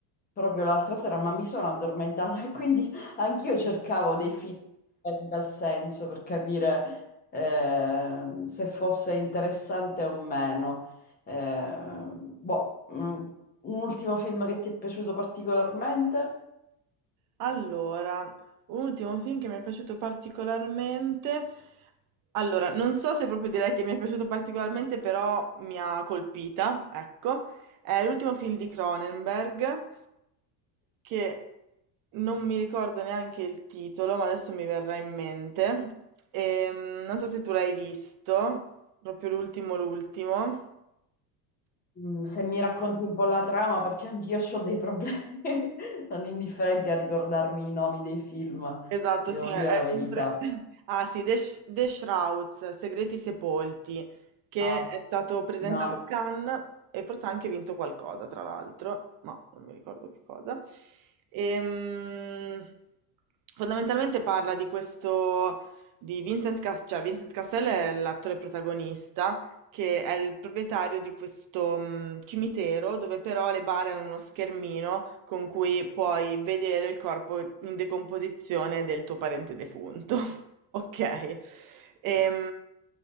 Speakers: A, on the left; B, on the right.
A: proprio l'altra sera, ma mi sono addormentata <laughs> e quindi anch'io cercavo dei film in tal senso per capire eh, se fosse interessante o meno. Eh, boh, mm, un ultimo film che ti è piaciuto particolarmente?
B: Allora, un ultimo film che mi è piaciuto particolarmente. Allora, non so se proprio direi che mi è piaciuto particolarmente, però mi ha colpita, ecco. È l'ultimo film di Cronenberg, che non mi ricordo neanche il titolo, ma adesso mi verrà in mente. Ehm, non so se tu l'hai visto, proprio l'ultimo, l'ultimo.
A: Mm, Se mi racconti un po' la trama, perché anch'io ho dei problemi <laughs> non indifferenti a ricordarmi i nomi dei film,
B: Esatto,
A: ti devo
B: sì, è
A: dire
B: è
A: la verità.
B: sempre... <laughs> Ah sì, The, Sh- The Shrouds, Segreti Sepolti, che
A: No,
B: è stato presentato
A: no, no.
B: a Cannes e forse ha anche vinto qualcosa, tra l'altro, ma non mi ricordo che cosa. Ehm, fondamentalmente parla di questo, di Vincent Cassel, cioè Vincent Cassel è l'attore protagonista, che è il proprietario di questo mh, cimitero dove però le bare hanno uno schermino con cui puoi vedere il corpo in decomposizione del tuo parente defunto. <laughs> Ok. Ehm,